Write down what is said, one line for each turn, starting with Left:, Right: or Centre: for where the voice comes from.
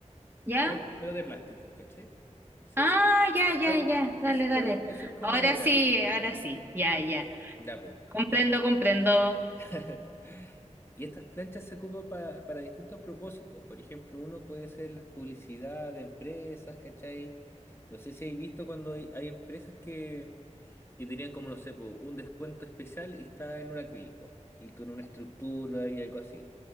Right: ¿Ya?
Left: pero, pero de plástico, ¿cachai? Sí,
Right: Ah, ya, ya,
Left: algo,
Right: ya. Dale,
Left: esa es
Right: dale.
Left: como, esa es como
Right: Ahora
Left: una idea.
Right: sí, ahora sí. Ya, ya.
Left: Ya, po.
Right: Comprendo,
Left: Y, es-
Right: comprendo.
Left: <laughs> Y estas planchas se ocupan pa- para distintos propósitos. Por ejemplo, uno puede ser las publicidad de empresas, ¿cachai? No sé si hay visto cuando hay, hay empresas que, que tenían como, no sé, po, un descuento especial y está en un acrílico y con una estructura y algo así.